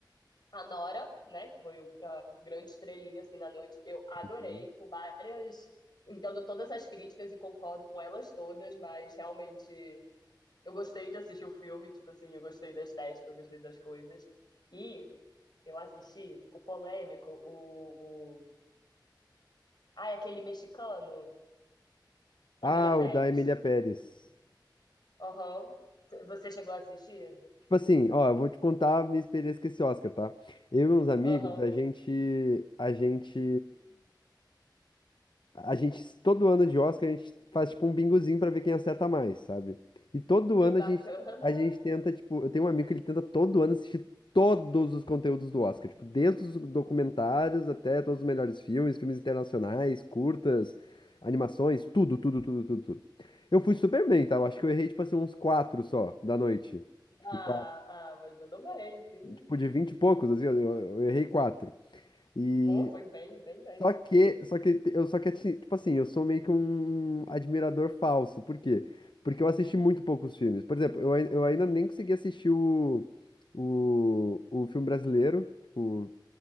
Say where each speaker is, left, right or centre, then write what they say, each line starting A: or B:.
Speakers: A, on the left (about 60°); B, on the left (about 80°).
A: A Nora, né, que foi o a grande estrelinha assim na noite, eu adorei
B: Uhum.
A: por várias, entendo todas as críticas e concordo com elas todas, mas realmente eu gostei de assistir o filme, tipo assim, eu gostei da estética, eu gostei das coisas. E eu assisti o polêmico, o, o... ah, é aquele mexicano, Emília
B: Ah,
A: Pérez.
B: o da Emília Pérez.
A: Aham. Você chegou a assistir?
B: Tipo assim, ó, eu vou te contar a minha experiência com esse Oscar, tá? Eu e uns amigos,
A: Aham.
B: a gente, a gente A gente, todo ano de Oscar, a gente faz tipo um bingozinho pra ver quem acerta mais, sabe? E todo
A: Que
B: ano
A: bacana.
B: a gente, a gente tenta, tipo, eu tenho um amigo que ele tenta todo ano assistir todos os conteúdos do Oscar, tipo, desde os documentários até todos os melhores filmes, filmes internacionais, curtas, animações, tudo, tudo, tudo, tudo, tudo. Eu fui super bem, tá? Eu acho que eu errei, tipo assim, uns quatro só da noite. Tipo,
A: Ah,
B: quatro.
A: ah, mas mandou bem, sim.
B: Tipo, de vinte e poucos, assim, eu, eu errei quatro. E
A: Pô, foi bem, bem, bem.
B: só que, só que eu só que assim, tipo assim, eu sou meio que um um admirador falso. Por quê? Porque eu assisti muito poucos filmes. Por exemplo, eu, ai- eu ainda nem consegui assistir o, o, o filme brasileiro. Tipo,